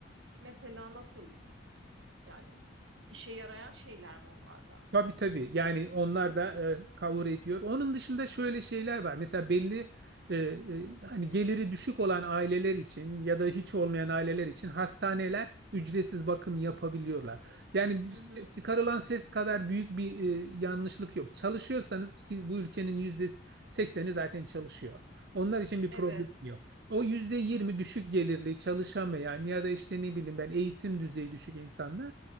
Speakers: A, on the right; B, on the right.
A: mesela nasıl yani işe yarayan şeyler mi onlarda?
B: Tabii tabii. Yani onlar da e, cover ediyor. Onun dışında şöyle şeyler var. Mesela belli e, e, hani geliri düşük olan aileler için ya da hiç olmayan aileler için hastaneler ücretsiz bakım yapabiliyorlar. Yani
A: Hı
B: se-
A: hı.
B: çıkarılan ses kadar büyük bir e, yanlışlık yok. Çalışıyorsanız ki bu ülkenin yüzde sekseni zaten çalışıyor. Onlar için bir
A: Evet.
B: problem yok. O yüzde yirmi düşük gelirli çalışamayan ya da işte ne bileyim ben eğitim düzeyi düşük insanlar